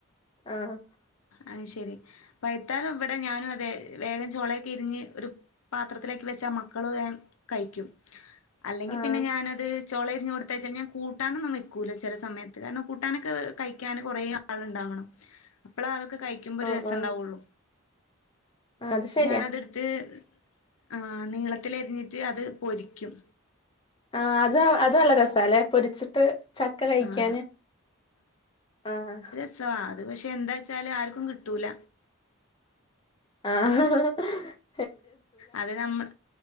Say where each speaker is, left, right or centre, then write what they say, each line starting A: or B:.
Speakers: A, on the left; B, on the left.
A: ആഹ്.
B: ആ ശരി പഴുത്താലും വ്ടെ ഞാനു അതെ വേഗം ചൊളൊക്കെ ഇരിഞ്ഞ് ഒരു പാത്രത്തിലേക്ക് വെച്ചാ മക്കൾ വേം കഴിക്കും അല്ലെങ്കി
A: ആഹ്
B: പിന്നെ ഞാനത്. ചൊളരിഞ്ഞ് കൊടുത്തേച്ച് കഴിഞ്ഞാൽ കൂട്ടാനൊന്നും വെക്കൂല്ല ചില സമയത്ത് കാരണം കൂട്ടാനൊക്കെ കഴിക്കാന് കുറേ ആള് ഉണ്ടാവണം. അപ്പള അതൊക്കെ കഴിക്കുമ്പോ ഒരു
A: ആഹ്
B: രസം
A: ആഹ്
B: ണ്ടാവൊള്ളു
A: അത്
B: അപ്പൊ
A: ശരിയാ
B: ഞാനതെട്ത് ച്ച് ആഹ് നീളത്തിൽ അരിഞ്ഞിട്ട് അത് പൊരിക്കും.
A: ആഹ് അത് അത് നല്ല രസാല്ലേ പൊരിച്ചിട്ട്. ചക്ക കഴിയ്ക്കാന്
B: ആഹ്
A: ആഹ്.
B: ച്ചാ അത് പക്ഷേ എന്താച്ചാൽ ആർക്കും കിട്ടൂല്ല.
A: ആഹ് ഹ് ഹ്
B: അത് നമ്മ